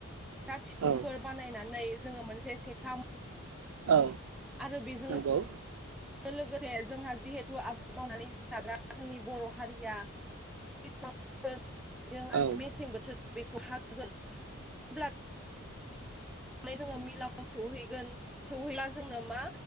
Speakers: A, in the centre; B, on the right (about 80°).
A: बिखुंफोर
B: औ
A: बानायनानै जोङो मोनसे सेखा
B: औ
A: आरो बेजों
B: नंगौ
A: लोगोसे जोंहा जिहेथु आबाद मावनानै जाग्रा जोंनि बर' हारिया <unintelligible> आरो
B: औ
A: मेसें बोथोर बेखौ हागोगोनब्ला बेखौ होन जोङो मिलावआव सौहैगोन सहैब्ला जोंनो मा